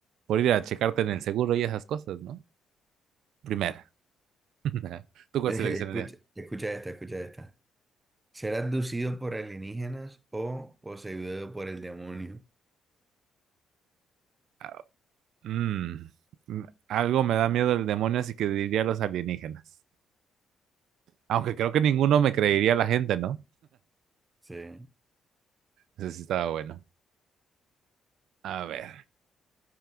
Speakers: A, on the right (about 75°); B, on the right (about 20°).
A: por ir a checarte en el seguro y esas cosas, ¿no? Primera. <laughs>
B: <laughs>
A: ¿Tú cuál
B: Escucha,
A: seleccionarías?
B: escucha esta, escucha esta. Ser abducido por alienígenas o poseído por el demonio.
A: Ah, mm, mm, algo me da miedo el demonio, así que diría los alienígenas. Aunque creo que ninguno me creería la gente, ¿no?
B: Sí,
A: Eso sí estaba bueno. A ver.